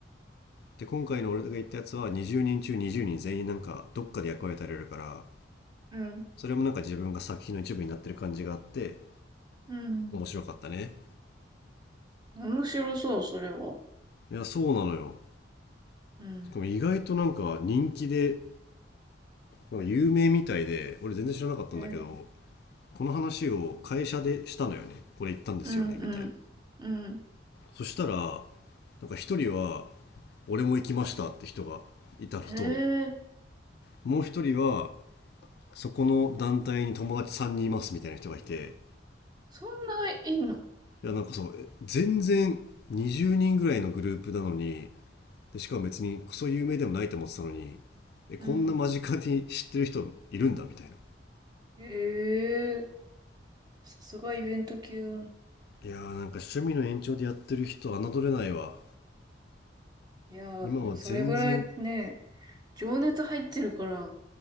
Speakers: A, on the left; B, on the right.
A: で、今回の俺が言ったやつは20人中20人全員なんかどっかで役割与えられるから、
B: うん、
A: それもなんか自分が作品の一部になってる感じがあって、
B: うん。
A: 面白かったね。
B: 面白そう、それは。
A: いや、そうなのよ。
B: うん。
A: しかも意外となんか人気で、なんか有名みたいで、俺全然知らなかったんだけど、
B: え、
A: この話を会社でしたのよね。これ行ったんですよね、
B: うん、
A: みたいな。
B: うん、うん。
A: そしたら、なんか一人は、俺も行きましたって人がいたのと、
B: へえ、
A: もう一人は、そこの団体に友達3人いますみたいな人がいて、
B: そんないいの
A: いや、なんかそう、え全然20人ぐらいのグループなのに、でしかも別にクソ有名でもないと思ってたのにえこんな間近に知ってる人いるんだみたいな
B: うん。へえ、さすがイベント系だね。
A: いやーなんか趣味の延長でやってる人侮れないわ
B: いやー、
A: 今は全然
B: でもそれぐらいね、情熱入ってるから、